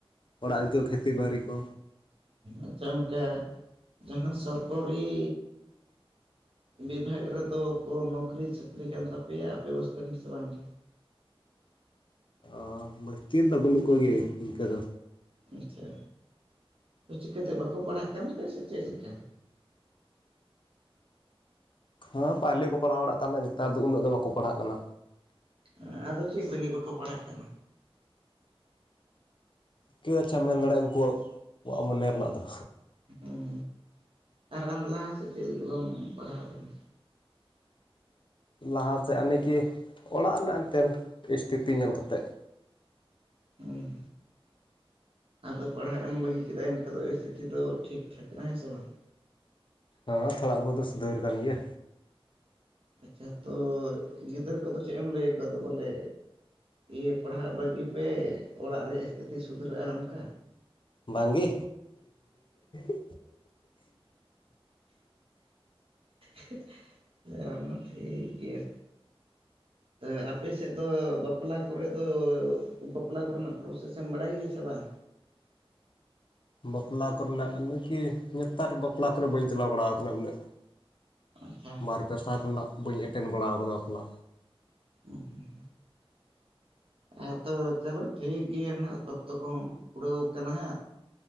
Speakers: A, on the left (about 55°); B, on the right (about 65°).
A: ᱚᱲᱟᱜ ᱨᱮᱠᱚ ᱠᱷᱮᱛᱤ ᱵᱟᱹᱨᱤ ᱠᱚ,
B: ᱟᱪᱪᱷᱟ ᱚᱱᱠᱮ ᱡᱟᱦᱟᱸ ᱥᱚᱨᱠᱚᱨᱤ ᱵᱤᱵᱷᱟᱜᱽ ᱨᱮᱫᱚ ᱠᱚ ᱱᱚᱠᱨᱤ ᱪᱟᱹᱠᱨᱤ ᱠᱟᱱ ᱛᱟᱯᱮᱭᱟ ᱟᱯᱮ ᱵᱟᱚᱥᱛᱮ ᱨᱮᱱ ᱥᱮ ᱵᱟᱝᱜᱮ
A: ᱚ ᱵᱚᱥᱛᱤᱨ ᱫᱚ ᱵᱟᱹᱱᱩᱜ ᱠᱚᱜᱮ ᱤᱱᱠᱟᱹ ᱫᱚ
B: ᱟᱪᱪᱷᱟ ᱛᱚ ᱪᱤᱠᱟᱹᱛᱮ ᱵᱟᱠᱚ ᱯᱟᱲᱦᱟᱜ ᱠᱟᱱᱛᱮ ᱥᱮ ᱪᱮᱫᱞᱮᱠᱟ
A: ᱦᱚ ᱯᱟᱦᱞᱮ ᱠᱚ ᱯᱟᱲᱦᱟᱣ ᱵᱟᱲᱟᱜ ᱠᱟᱱ ᱛᱟᱦᱮᱸᱫ ᱱᱮᱛᱟᱨ ᱫᱚ ᱩᱱᱟᱹᱜ ᱫᱚ ᱵᱟᱠᱚ ᱯᱟᱲᱦᱟᱜ ᱠᱟᱱᱟ
B: ᱦᱮᱸ ᱟᱫᱚ ᱪᱮᱫ ᱞᱟᱹᱜᱤᱫ ᱵᱟᱠᱚ ᱯᱟᱲᱦᱟᱜ ᱠᱟᱱᱟ?
A: ᱴᱷᱤᱠᱟᱹ ᱟᱪᱪᱷᱟ ᱢᱮᱱ ᱫᱟᱲᱮᱭᱟᱜᱼᱟ ᱩᱱᱠᱩᱣᱟᱜ ᱢᱚᱱᱮ ᱨᱮᱱᱟᱜ ᱫᱚ
B: ᱦᱩᱸ ᱟᱨ ᱟᱢ ᱞᱟᱦᱟ ᱥᱮᱫ ᱪᱮᱫ ᱞᱟᱹᱜᱤᱫ ᱵᱟᱢ ᱯᱟᱲᱦᱟᱣ ᱞᱮᱱᱟ
A: ᱞᱟᱦᱟᱥᱮᱱ ᱟᱱᱤᱠᱤ ᱚᱲᱟᱜ ᱨᱮᱱᱟᱜ ᱮᱱᱛᱮᱱ ᱥᱤᱥᱛᱷᱤᱛᱤ ᱧᱮᱞ ᱠᱟᱛᱮᱫ <inaudible>
B: ᱦᱮᱸ ᱟᱫᱚ ᱯᱟᱲᱦᱟᱜ ᱮᱢ ᱵᱟᱹᱜᱤ ᱠᱮᱫᱟ ᱮᱱᱠᱷᱟᱱ ᱫᱚ ᱤᱥᱛᱷᱤᱛᱤ ᱫᱚ ᱴᱷᱤᱠ ᱴᱷᱟᱠ ᱠᱟᱱᱟ ᱦᱮᱸ ᱥᱮ ᱵᱟᱝ
A: ᱦᱟᱸ ᱛᱷᱚᱲᱟ ᱵᱚᱦᱩᱛ ᱫᱚ ᱥᱩᱫᱷᱟᱹᱨ ᱠᱟᱱ ᱜᱮᱭᱟ
B: ᱟᱪᱪᱷᱟ ᱛᱚ ᱜᱤᱫᱟᱹᱨ ᱠᱚᱫᱚ ᱪᱮᱫ ᱮᱢ ᱞᱟᱹᱭᱠᱚᱣᱟ ᱟᱫᱚ ᱵᱚᱞᱮ ᱤᱭᱟᱹ ᱯᱟᱲᱦᱟᱜ ᱵᱟᱹᱜᱤ ᱯᱮ ᱚᱲᱟᱜ ᱨᱮᱭᱟᱜ ᱥᱛᱷᱤᱛᱤ ᱥᱩᱫᱷᱨᱟᱹᱜᱼᱟ ᱚᱱᱠᱟ᱾
A: ᱵᱟᱝᱜᱮ, <unintelligible>
B: <unintelligible> ᱴᱷᱤᱠ ᱜᱮᱭᱟ᱾ ᱛᱳ ᱟᱯᱮ ᱥᱮᱫ ᱫᱚ ᱵᱟᱯᱞᱟ ᱠᱚᱨᱮ ᱫᱚ ᱵᱟᱯᱞᱟ ᱠᱚᱨᱮᱱᱟᱜ ᱯᱨᱚᱥᱮᱥᱢ ᱵᱟᱲᱟᱭ ᱜᱮᱭᱟ ᱥᱮ ᱵᱟᱝ
A: ᱵᱟᱯᱞᱟ ᱠᱚᱨᱮᱱᱟᱜ ᱠᱟᱢᱤᱠᱤ ᱱᱮᱛᱟᱨ ᱵᱟᱯᱞᱟ ᱠᱚᱨᱮ ᱵᱟᱹᱧ ᱪᱟᱞᱟᱣ ᱵᱟᱲᱟᱣ ᱟᱠᱟᱱᱟ ᱩᱱᱟᱹᱜ
B: ᱟᱪᱪᱷᱟ
A: ᱵᱟᱨ ᱯᱮ ᱥᱟᱞ ᱨᱮᱱᱟᱜ ᱵᱟᱹᱧ ᱮᱴᱮᱱ ᱵᱟᱲᱟ ᱠᱟᱫᱟ ᱵᱟᱯᱞᱟ᱾
B: <inaudible> ᱦᱮᱸ ᱛᱚ ᱪᱚᱞᱚ ᱴᱷᱤᱠ ᱜᱮᱭᱟ ᱱᱟᱦᱟᱜ ᱚᱠᱛᱚ ᱠᱚᱦᱚᱸ ᱠᱩᱲᱟᱹᱣ ᱠᱟᱱᱟ ᱦᱟᱸᱜ